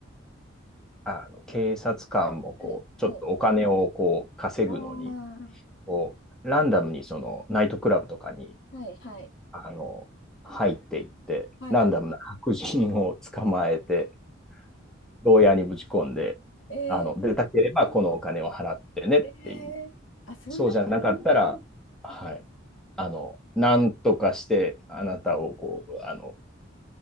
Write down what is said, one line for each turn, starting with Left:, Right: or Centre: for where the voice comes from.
Centre: う、あの、警察官もこう、
Left: はい、
Centre: ちょっとお金をこう、
Left: はい。
Centre: 稼ぐのに、
Left: ああ、
Centre: こう、ランダムにその、ナイトクラブとかに、
Left: はい、はい、
Centre: あの、入っていって、
Left: はい。
Centre: ランダムな白人を捕まえて、牢屋にぶち込んで、
Left: え
Centre: あの、出たければこのお金を払ってねっていう。
Left: ー、えー、あ、そんなことあるんです
Centre: そうじゃなかったら、はい。あの、なんとかしてあなたをこう、あの、